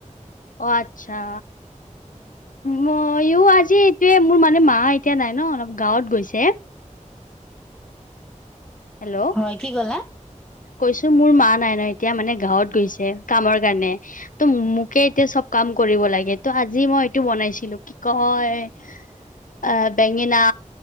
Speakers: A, on the left; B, in the centre.
A: অ', আচ্ছা। মইও আজি এইটোৱে মোৰ মানে মা এতিয়া নাই ন' অলপ গাঁৱত গৈছে। হেল্ল'
B: হয়, কি ক'লা?
A: কৈছো মোৰ মা নাই ন এতিয়া মানে গাঁৱত গৈছে কামৰ কাৰণে ত' মোকে এতিয়া চব কাম কৰিব লাগে ত' আজি মই এইটো বনাইছিলো কি কয় আ বেঙেনা